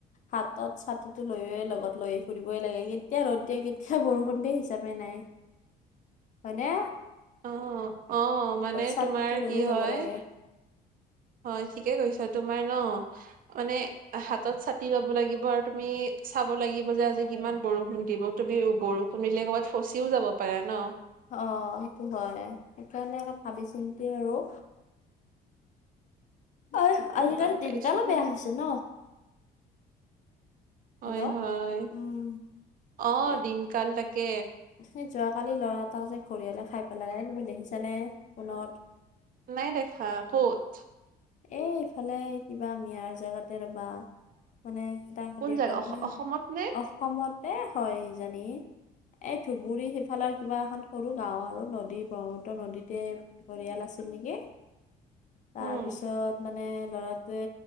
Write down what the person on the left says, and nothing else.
হাতত ছাতিটো লৈয়ে লগত লৈ ফুৰিবই লাগে। কেতিয়া ৰ'দ দিয়ে, কেতিয়া বৰষুণ দিয়ে হিচাবে নাই। হয় নে?
ছাতিটো
লৈয়ে
যাব
লাগে
অ', সেইটোৱেই হয়, সেইকাৰণে অলপ ভাবি- চিন্তি আৰু। অহ,
আজিকালি
দিনকালো
বেয়া হৈছে ন।
হেল্ল'
উম
এই
সেই যোৱাকালি ল'ৰা এটাও যে ঘৰিয়াললে খাই পেলালে, তুমি দেখিছানে ফোনত।
এ, ইফালে কিবা মিয়াৰ জেগাতে ৰ'বা। মানে তাৰ
দেউতা
কলে
অসমতে হয় ইজানি। এই ধুবুৰী সিফালৰ কিবা এখন সৰু গাওঁ আৰু নদী ব্ৰহ্মপুত্ৰ নদীতেই পৰিয়াল আছো নেকি, তাৰপিছত
মানে ল'ৰাটোৱে